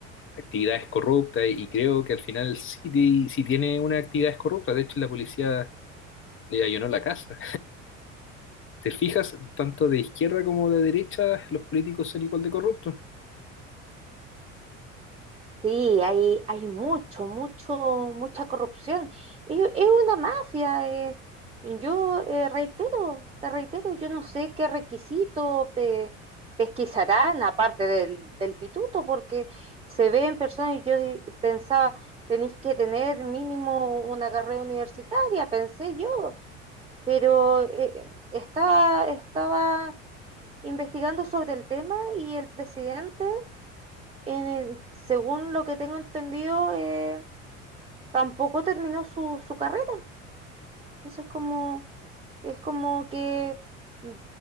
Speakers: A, on the left; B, on the right.
A: actividades corruptas y creo que al final sí, ti- sí tiene unas actividades corruptas. De hecho, la policía le allanó la casa. ¿Te fijas? Tanto de izquierda como de derecha los políticos son igual de corruptos.
B: Sí, hay, hay mucho, mucho, mucha corrupción. Es, es una mafia. eh. Yo eh, reitero, te reitero, yo no sé qué requisito pe- pesquisarán aparte del, del pituto, porque se ven personas y yo di- pensaba, tenéis que tener mínimo una carrera universitaria, pensé yo, pero eh, estaba, estaba investigando sobre el tema y el presidente en el- según lo que tengo entendido, eh, tampoco terminó su, su carrera. Entonces, como, es como que, mm,